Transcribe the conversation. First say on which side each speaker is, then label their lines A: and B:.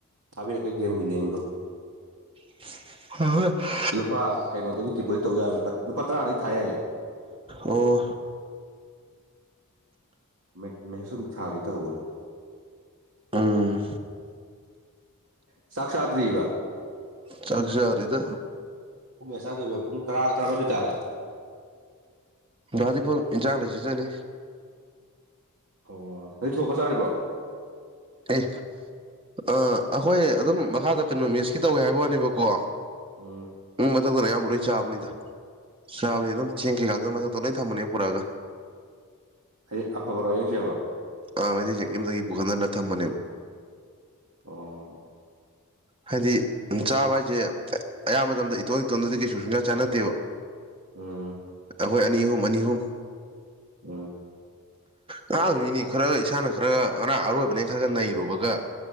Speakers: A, on the right; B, on the right.
A: ꯊꯥꯕꯤ ꯑꯩ ꯀꯩ ꯒꯝꯕꯤ ꯂꯤꯒꯣ
B: <unintelligible>
A: ꯂꯨꯄꯥ ꯀꯩꯅꯣꯗꯒꯤ ꯗꯤꯄꯣꯖꯤꯠ ꯇꯧ ꯌꯥꯕ ꯂꯨꯄꯥ ꯇꯔꯥꯗꯒꯤꯩ ꯊꯥ ꯌꯥꯏꯌꯦ
B: ꯑꯣ
A: ꯃꯩ ꯃꯩꯁꯨꯝ ꯊꯥꯒꯦ ꯇꯧꯕꯅꯦ
B: ꯎꯝ
A: ꯆꯥꯛ ꯆꯥ ꯗꯔꯤꯕ
B: ꯆꯥꯛ ꯆꯗꯔꯤꯗ
A: ꯄꯨꯡ ꯃꯁꯥꯗꯧꯕ ꯄꯨꯡ ꯇꯔꯥ ꯔꯥꯃꯁꯨꯣꯏ ꯇꯥꯔꯦ
B: ꯗꯑꯩꯄꯨꯔ ꯆꯥꯗꯩꯁꯤ ꯆꯅꯤ
A: ꯑꯣ ꯅ ꯊꯣꯛ ꯉꯥ ꯆꯥꯔꯤꯕꯣ
B: ꯑꯦ ꯑꯩꯈꯣꯏ ꯑꯗꯨꯝ ꯃꯈꯥꯗ ꯀꯩꯅꯣꯃꯤꯁꯀꯤ ꯇꯧꯋꯦ ꯍꯥꯏꯕ ꯋꯥꯅꯦꯕ ꯀꯣ
A: ꯎꯟ
B: ꯎꯝ ꯃꯊꯛꯇꯅ ꯑꯌꯥꯝꯕ ꯂꯣꯏ ꯆꯥꯕꯅꯤꯗ ꯆꯥꯕꯅꯤ ꯑꯗꯨꯝ ꯊꯦꯡ ꯀꯩꯀꯥ ꯑꯗꯨꯅ ꯃꯊꯛꯇ ꯂꯣꯏ ꯊꯝꯃꯅꯦ ꯄꯨꯔꯛ ꯑꯒ
A: ꯍꯥꯏꯗꯤ ꯑꯐꯕꯔꯣ ꯌꯦꯌꯦꯡ ꯆꯦꯡ ꯂꯣ
B: ꯑꯥ ꯃꯩꯇꯩ ꯆꯦꯡ ꯌꯨꯝꯗꯒꯤ ꯄꯨꯈꯟꯗꯅ ꯊꯝꯕꯅꯦꯕ
A: ꯑꯣ
B: ꯍꯥꯏꯗꯤ ꯆꯥꯕ ꯍꯥꯏꯁꯦ ꯑꯌꯥꯝꯕ ꯃꯇꯝꯗ ꯏꯇꯣꯟꯜ ꯏꯇꯣꯟꯗꯗꯤ ꯀꯩ ꯁꯨꯡꯌꯥ ꯆꯥꯟꯅꯗꯦꯕ
A: ꯎꯝ
B: ꯑꯩꯈꯣꯏ ꯑꯅꯤ ꯑꯍꯨꯝ ꯑꯅꯤ ꯑꯍꯨꯝ
A: ꯎꯝ
B: ꯉꯔꯥꯡꯗꯤꯅꯦ ꯈꯔ ꯏꯁꯥꯅ ꯈꯔꯒ ꯉꯔꯥꯡ ꯑꯔꯣꯏꯕꯅꯦ ꯈꯔꯒ ꯅꯩꯔꯨꯕꯒ